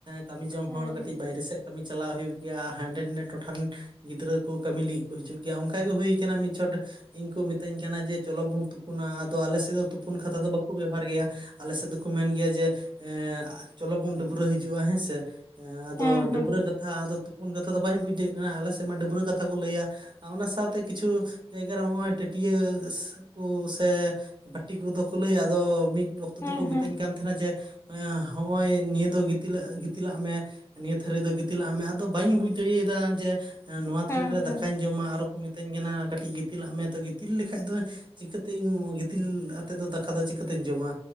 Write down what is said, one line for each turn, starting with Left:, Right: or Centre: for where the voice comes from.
Right: ᱠᱟᱹᱢᱤ ᱡᱚᱝ
Left: ᱦᱮᱸ
Right: ᱦᱚᱲ ᱠᱟᱹᱴᱤᱡ ᱵᱟᱭᱨᱮ ᱥᱮᱫ ᱠᱟᱹᱢᱤ ᱪᱟᱞᱟᱣ ᱦᱩᱭᱩᱜ ᱜᱮᱭᱟ ᱦᱟᱸᱰᱮ ᱱᱟᱰᱮ ᱴᱚᱴᱷᱟ ᱨᱮᱱ ᱜᱤᱫᱽᱨᱟᱹ ᱠᱚ ᱠᱟᱹᱢᱤ ᱞᱟᱹᱜᱤᱫ ᱠᱚ ᱦᱤᱡᱩᱜ ᱜᱮᱭᱟ ᱚᱱᱠᱟ ᱜᱮ ᱦᱩᱭ ᱠᱟᱱᱟ ᱢᱤᱫ ᱪᱷᱚᱴ ᱤᱧ ᱠᱚ ᱢᱤᱛᱟᱹᱧ ᱠᱟᱱᱟ ᱡᱮ ᱪᱚᱞᱚ ᱵᱚᱱ ᱛᱩᱯᱩᱱᱟ ᱟᱫᱚ ᱟᱞᱮ ᱥᱮᱫ ᱫᱚ ᱛᱩᱯᱩᱱ ᱠᱟᱛᱷᱟ ᱫᱚ ᱵᱟᱠᱚ ᱵᱮᱵᱚᱦᱟᱨ ᱜᱮᱭᱟ ᱟᱞᱮ ᱥᱮᱫ ᱫᱚᱠᱚ ᱢᱮᱱ ᱜᱮᱭᱟ ᱡᱮ ᱮ ᱪᱚᱞᱚ ᱵᱚᱱ ᱰᱟᱹᱵᱽᱨᱟᱹ ᱦᱤᱡᱩᱜᱼᱟ ᱦᱮᱸᱥ ᱦᱮᱸ ᱟᱫᱚ
Left: ᱦᱮᱸ ᱦᱮᱸ
Right: ᱰᱟᱹᱵᱽᱨᱟᱹ ᱠᱟᱛᱷᱟ ᱟᱫᱚ ᱛᱩᱯᱩᱱ ᱠᱟᱛᱷᱟ ᱫᱚ ᱵᱟᱹᱧ ᱵᱩᱡᱮᱫ ᱠᱟᱱᱟ ᱟᱞᱮ ᱥᱮᱫ ᱢᱟ ᱰᱟᱹᱵᱽᱨᱟᱹ ᱠᱟᱛᱷᱟ ᱠᱚ ᱞᱟᱹᱭᱟ ᱟᱨ ᱚᱱᱟ ᱥᱟᱶᱛᱮ ᱠᱤᱪᱷᱩ ᱡᱟᱭᱜᱟ ᱨᱮ ᱱᱚᱜᱼᱚᱭ ᱴᱟᱹᱴᱤᱭᱟᱹᱟᱹ ᱠᱚ ᱥᱮ ᱵᱟᱹᱴᱤ ᱠᱚᱫᱚ ᱠᱚ ᱞᱟᱹᱭᱟ ᱟᱫᱚ ᱢᱤᱫ ᱚᱠᱛᱚ
Left: ᱦᱮᱸ
Right: ᱫᱚᱠᱚ ᱢᱤᱛᱟᱹᱧ
Left: ᱦᱮᱸ
Right: ᱠᱟᱱ ᱛᱟᱦᱮᱸᱱᱟ ᱛᱟᱦᱮᱱᱟ ᱡᱮ ᱦᱚᱸᱜᱼᱚᱭ ᱱᱤᱭᱟᱹ ᱫᱚ ᱜᱤᱛᱤᱞ ᱜᱤᱛᱤᱞᱟᱜ ᱢᱮ ᱱᱤᱭᱟᱹ ᱛᱷᱟᱹᱨᱤ ᱫᱚ ᱜᱤᱛᱤᱞᱟᱜ ᱢᱮ ᱟᱫᱚ ᱵᱟᱹᱧ ᱵᱩᱡ ᱫᱟᱲᱮᱭᱟᱫᱟ ᱡᱮ ᱱᱚᱣᱟ ᱛᱷᱟᱹᱨᱤ
Left: ᱦᱮᱸ
Right: ᱨᱮ
Left: ᱦᱮᱸ
Right: ᱫᱟᱠᱟᱧ ᱡᱚᱢᱟ ᱟᱨᱚ ᱠᱚ ᱢᱤᱛᱟᱹᱧ ᱠᱟᱱᱟ ᱠᱟᱹᱴᱤᱡ ᱜᱤᱛᱤᱞᱟᱜ ᱢᱮ ᱛᱚ ᱜᱤᱛᱤᱞ ᱞᱮᱠᱷᱟᱡ ᱫᱚ ᱪᱤᱠᱟᱹᱛᱮᱧ ᱜᱤᱛᱤᱞ ᱟᱛᱮᱫ ᱫᱚ ᱫᱟᱠᱟ ᱫᱚ ᱪᱤᱠᱟᱹᱛᱤᱧ ᱡᱚᱢᱟ